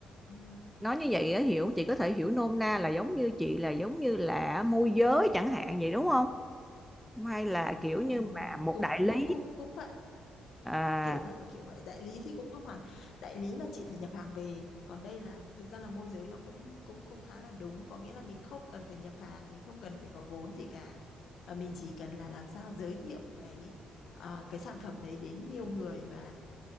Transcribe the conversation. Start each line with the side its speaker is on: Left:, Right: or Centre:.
Left: ừm,
Centre: nói như vậy á, hiểu chị có thể hiểu nôm na là giống như chị là giống như là môi giới chẳng hạn vậy đúng không hay là kiểu như
Left: ừm,
Centre: mà một
Left: cũng
Centre: đại lý
Left: cũng cũng cũng vậy
Centre: à
Left: kiểu vậy kiểu vậy đại lý thì cũng không hẳn đại lý là chị phải nhập hàng về còn đây là thực ra là môi giới nó cũng cũng cũng khá là đúng có nghĩa là mình không cần phải nhập hàng mình không cần phải có vốn gì cả và mình chỉ cần là làm sao giới thiệu cái à, cái sản phẩm đấy đến nhiều người và